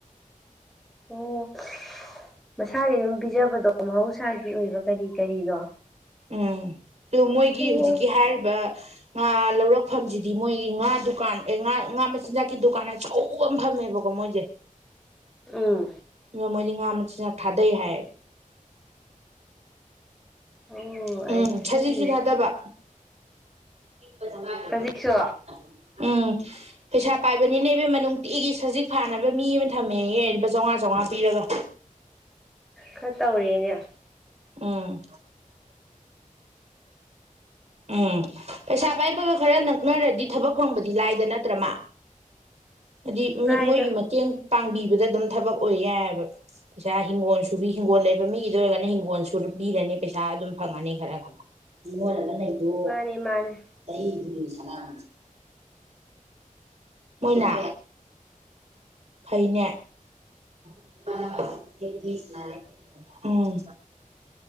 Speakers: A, in the centre; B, on the right.
A: ꯑꯣ ꯃꯁꯥꯒꯤ ꯑꯗꯨꯝ ꯄꯤꯖꯕꯗ ꯃꯍꯧꯁꯥꯒꯤ ꯑꯣꯏꯕ ꯀꯔꯤ ꯀꯔꯤꯅꯣ
B: ꯎꯝ ꯗꯣ ꯃꯣꯏꯒꯤ
A: ꯑꯣ
B: ꯍꯧꯖꯤꯛꯀꯤ ꯍꯥꯏꯔꯤꯕ ꯉꯥ ꯂꯧꯔꯛꯐꯝꯁꯤꯗꯤ ꯃꯣꯏꯒꯤ ꯉꯥ ꯗꯨꯀꯥꯟ ꯑꯦ ꯉꯥ ꯉꯥ ꯃꯆꯤꯟꯖꯥꯛꯀꯤ ꯗꯨꯀꯥꯟ ꯑꯆꯧꯕ ꯑꯃ ꯐꯝꯃꯦꯕꯀꯣ ꯃꯣꯏꯖꯦ
A: ꯎꯝ
B: ꯑꯣ ꯃꯣꯏꯗꯤ ꯉꯥ ꯃꯆꯤꯟꯖꯥꯛ ꯊꯥꯗꯩ ꯍꯥꯏꯌꯦꯕ
A: ꯑꯣ ꯑꯩꯁꯤ
B: ꯎꯝ ꯁꯖꯤꯛꯁꯨ ꯊꯥꯗꯕ <unintelligible>
A: ꯍꯧꯖꯤꯛꯁꯨ
B: ꯎꯝ ꯄꯩꯁꯥ ꯄꯥꯏꯕꯅꯤꯅꯦꯕ ꯃꯅꯨꯡꯗ ꯇꯤꯒꯤ ꯁꯖꯤꯛ ꯐꯥꯅꯕ ꯃꯤ ꯑꯃ ꯊꯝꯃꯦ ꯆꯥꯝꯃꯉꯥ ꯁꯃꯥ ꯄꯤꯔꯒ
A: ꯈꯔ ꯇꯧꯔꯤꯅꯦ
B: ꯎꯝ ꯎꯝ ꯄꯩꯁꯥ ꯄꯥꯏꯕꯒ ꯈꯔ ꯅꯛꯅꯔꯗꯤ ꯊꯕꯛ ꯐꯪꯕꯗꯤ ꯂꯥꯏꯗ ꯅꯠꯇ꯭ꯔꯃ ꯍꯥꯏꯗꯤ ꯃꯤ
A: ꯂꯥꯏꯗ
B: ꯃꯣꯏꯒꯤ ꯃꯇꯦꯡ ꯄꯥꯡꯕꯤꯕꯗ ꯑꯗꯨꯝ ꯊꯕꯛ ꯑꯣꯏ ꯌꯥꯏꯕ ꯄꯩꯁꯥ ꯍꯤꯡꯒꯣꯜ ꯁꯨꯕꯤ ꯍꯤꯡꯒꯣꯜ ꯂꯩ ꯃꯤꯒꯤꯗ ꯑꯣꯏꯔꯒꯅ ꯍꯤꯡꯒꯣꯜ ꯑꯗꯨ ꯄꯤꯔꯅꯤ ꯄꯩꯁꯥ ꯑꯗꯨꯝ ꯐꯪꯉꯅꯤ ꯈꯔ ꯈꯔ ꯈ ꯂꯩꯗꯣ
A: ꯃꯥꯅꯤ ꯃꯥꯅꯤ
B: ꯆꯍꯤꯗꯨꯗꯤ ꯁꯅꯥꯝ ꯃꯣꯏꯅ ꯐꯩꯅꯦ <unintelligible> ꯎꯝ